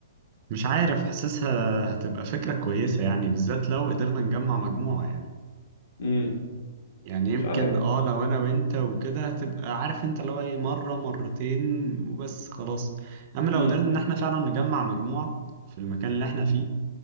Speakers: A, on the right; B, on the left.
A: مش عارف حاسسها هتبقى فكرة كويسة يعني بالذات لو قدرنا نجمع مجموعة يعني
B: امم
A: يعني يمكن
B: مش عارف
A: اه لو انا وانت وكده هتبقى عارف انت لو اي مرة مرتين وبس خلاص اما لو
B: امم
A: قدرنا ان احنا فعلا نجمع مجموعة في المكان اللي احنا فيه